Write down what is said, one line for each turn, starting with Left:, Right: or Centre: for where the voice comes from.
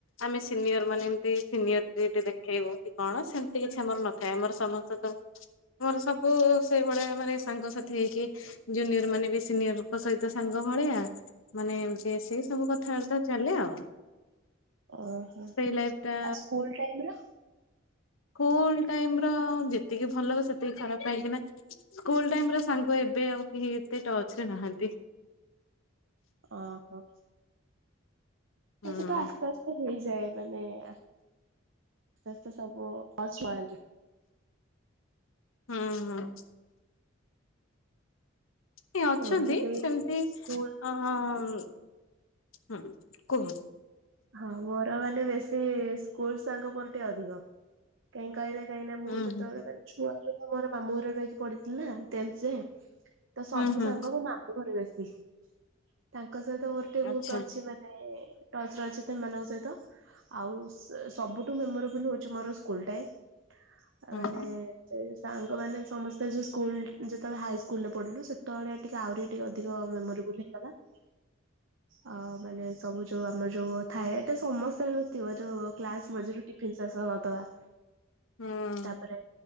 Left: ଆମେ ସିନିୟର ମାନେ ଏମତି ସିନିୟରଟି ଦେଖ ଖେଇବୁ କି କଣ ସେମିତି କିଛି ଆମର ନଥାଏ ଆମର ସମସ୍ତେ ତ ମୋର ସବୁ ସେଇ ଭଳିଆ ମାନେ ସାଙ୍ଗସାଥି ହେଇକି ଜୁନିୟର ମାନେ ବି ସିନିୟରଙ୍କ ସହିତ ସାଙ୍ଗ ଭଳିଆ। ମାନେ ଏମତି ସେଇ ସବୁ କଥାବାର୍ତା ଚାଲେ ଆଉ।
Right: ଓହୋ
Left: ସେଇ ଲାଇଫ ଟା
Right: ଆଉ ସ୍କୁଲ ଟାଇମ ର
Left: ସ୍କୁଲ ଟାଇମର ଯେତିକି ଭଲ ହବ ସେତିକି ଖରାପ ପାଇକିନା ସ୍କୁଲ ଟାଇମ ର ସାଙ୍ଗ ଏବେ ଆଉ କେହି ଏତେ ଟର୍ଚ ରେ ନାହାନ୍ତି।
Right: ଓହୋ।
Left: ହୁଁ
Right: ତ ସେଇଟା ଆସ୍ତେ ଆସ୍ତେ ହେଇଯାଏ। ମାନେ ଆସ୍ତେ ଆସ୍ତେ ସବୁ <unintelligible>
Left: ହୁଁ ହଁ। ଏ ଅଛନ୍ତି
Right: ମୋର ବି ସେଇ
Left: ସେମିତି
Right: ସ୍କୁଲ
Left: ଅହଁ ହୁଁ କୁହ
Right: ହଁ ମୋର ମାନେ ବେଶୀ ସ୍କୁଲ ସାଙ୍ଗ ମୋଟେ ଅଧିକ। କାହିଁ କହିଲେ କାହିଁନାଁ ମୁଁ
Left: ହୁଁ
Right: ଯେତବେଳେ
Left: ହୁଁ
Right: <unintelligible> ମୁଁ ମୋର ମାମୁ ଘରେ ରହିକି ପଢିଥିଲାେ ଟେନଥ ଯାଏ ତ ସବୁ
Left: ହୁଁ ହୁଁ
Right: ସାଙ୍ଗ ମୋ ମା ଘରେ <unintelligible> ତାଙ୍କ ସହିତ ମୋର ଟିକେ
Left: ଆଚ୍ଛା
Right: ବହୁତ ଅଛି ମାନେ ରଚିତ ଏମାନଙ୍କ ସହିତ ଆଉ ସବୁଠୁ ମେମୋରେବୁଲ୍ ହଉଛି ମୋର ସ୍କୁଲ ଟାଇମ
Left: ହୁଁ
Right: ମାନେ <unintelligible> ସାଙ୍ଗମାନେ ସମସ୍ତେ ଯୋଉ ସ୍କୁଲ ଯେତେବେଳେ ହାଇ ସ୍କୁଲରେ ପଢିଲୁ ସେତେବେଳେ ଟିକେ ଆହୁରି ଟିକେ ଅଧିକ ମେମୋରେବୁଲ ହେଇଗଲା। ଆ ମାନେ ସବୁ ଯୋଉ ଆ ଆମର ଯୋଉ ଥାଏ ଏଇଟା ସମସ୍ତେ ଥିବ ଯୋଉ କ୍ଲାସ ମଝିରେ ଟିଫିନ ଶେଷ କରିଦବା
Left: ହୁଁ
Right: ତାପରେ